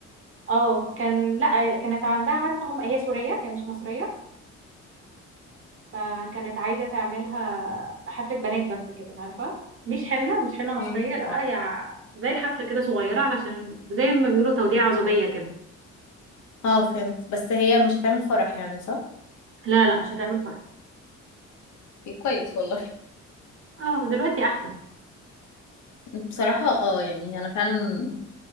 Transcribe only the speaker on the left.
فهمت
اه
اه فهمت بس هي مش هتعمل فرح يعني صح؟
ايه كويس والله
<laughs> بصراحة اه يعني انا فعلا